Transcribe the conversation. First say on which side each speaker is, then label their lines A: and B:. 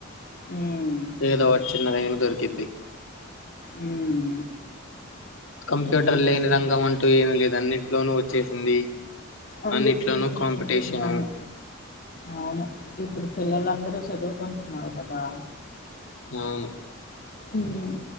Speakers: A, on the left; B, on the left.
A: ఉమ్
B: ఏదో ఒక చిన్నదైనా దొరికిద్ది
A: ఉమ్
B: కంప్యూటర్
A: అవును
B: లేని రంగం అంటూ ఏమి లేదు అన్నింటిలోనూ వచ్చేసింది
A: అందుకి
B: అన్నిట్లోనూ
A: వచ్చేసింది
B: కాంపిటీషను
A: అవును అవును ఇప్పుడు పిల్లలందరూ చదువు కుంటున్నారు కదా
B: అవును
A: మ్మ్